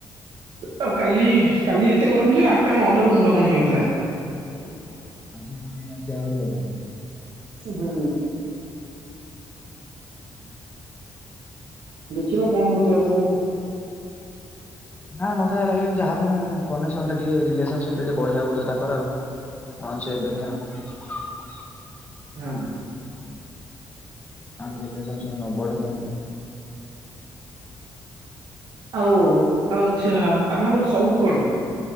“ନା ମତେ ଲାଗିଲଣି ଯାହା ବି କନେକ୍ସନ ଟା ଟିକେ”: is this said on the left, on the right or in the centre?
Left